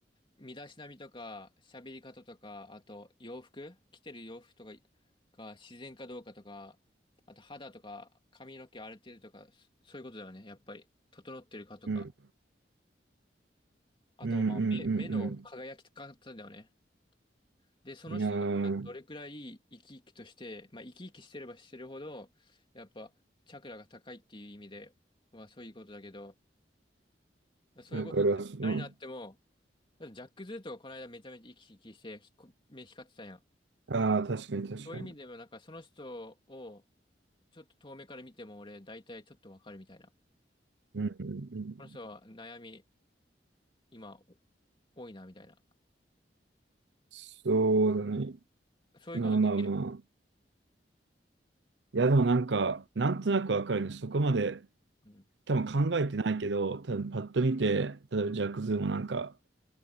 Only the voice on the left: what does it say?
身だしなみとか、喋り方とか、あと洋服、着てる洋服とかが自然かどうかとか、あと肌とか髪の毛荒れてるとか、そそういうことだよね。やっぱり、整ってるかとか。
あと、
まあ、目、目の輝き方だよね。で、その人が今どれくらい生き生きとして、
まあ、生き生きしてればしてるほど、やっぱ、チャクラが高いっていう意味で、まあ、そういうことだけど、そういうこと、
誰になっても、だってジャック・ズーとかこの間めちゃめちゃ生き生きして、ひこ目光ってたやん。
そういう意味でも、なんかその人をちょっと遠目から見ても俺大体ちょっとわかるみたいな。
この人は悩み今多いなみたいな。
そういうことできる。
うん。
うん。